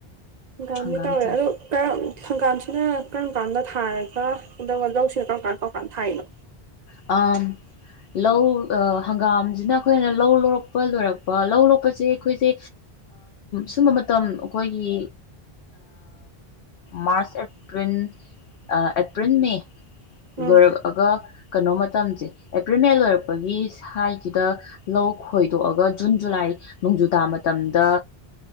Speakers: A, on the right (about 50°); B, on the left (about 70°).
A: ꯍꯪꯒꯥꯝꯒꯤ
B: ꯍꯪꯒꯥꯝ
A: ꯇꯧꯏ
B: ꯊꯥꯏ
A: ꯑꯗꯨꯗꯣ ꯀꯔꯝ ꯍꯪꯒꯥꯝꯁꯤꯅ ꯀꯔꯝ ꯀꯥꯟꯗ ꯊꯥꯔꯒ ꯑꯗꯨꯒ ꯂꯧꯁꯤꯅ ꯀꯔꯝ ꯀꯥꯟꯗ ꯀꯔꯝ ꯀꯥꯟꯗ ꯊꯥꯏꯔꯤꯅꯣ
B: ꯑ ꯂꯧꯧ ꯑ ꯍꯪꯒꯥꯝꯁꯤꯅ ꯑꯩꯈꯣꯏꯅ ꯂꯧ ꯂꯧꯔꯛꯄ ꯂꯣꯏꯔꯛꯄ ꯂꯧ ꯂꯣꯛꯄꯁꯦ ꯑꯩꯈꯣꯏꯁꯦ ꯁꯨꯝꯕ ꯃꯇꯝ ꯑꯩꯈꯣꯏꯒꯤ ꯃꯥꯔꯁ ꯑꯦꯄ꯭ꯔꯤꯜ ꯑꯦꯄ꯭ꯔꯤꯜ ꯃꯦ ꯔ
A: ꯎꯝ
B: ꯑꯒ ꯀꯩꯅꯣ ꯃꯇꯝꯁꯦ ꯑꯦꯄ꯭ꯔꯤꯜ ꯃꯦ ꯂꯣꯏꯔꯛꯄꯒꯤ ꯁ꯭ꯋꯥꯏꯁꯤꯗ ꯂꯧ ꯈꯣꯏꯗꯣꯛꯑꯒ ꯖꯨꯟ ꯖꯨꯂꯥꯏ ꯅꯣꯡꯖꯨ ꯇꯥ ꯃꯇꯝꯗ